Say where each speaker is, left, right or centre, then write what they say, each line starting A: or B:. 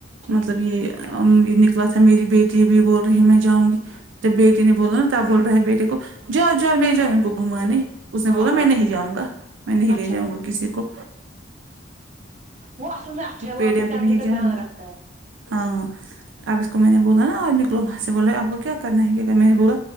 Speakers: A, on the right; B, on the right.
A: ٹھیک
B: مطلب یہ ام بھی نکلا تھا میری بیٹی بھی بول رہی ہے میں جاؤں گی جب بیٹی نے بولنا نا تب بول رہا ہے بیٹے کو جا جاؤ لے جاؤ ان کو گھومانے اس نے
A: ہاں
B: بولا میں نہیں جاؤں گا میں نہیں
A: اچھا
B: لے جاؤں گا کسی کو
A: وہ اصل میں اچھا ہے
B: پیڈیم
A: وہ اپنی
B: پہ
A: فیملی
B: نہیں
A: کا
B: جان
A: دھیان رکھتا ہے
B: ہاں اب اس کو میں نے بولا نا آج نکلو وہاں سے بول رہے آپ کو کیا کرنا ہے کیا اگر میں نے بولا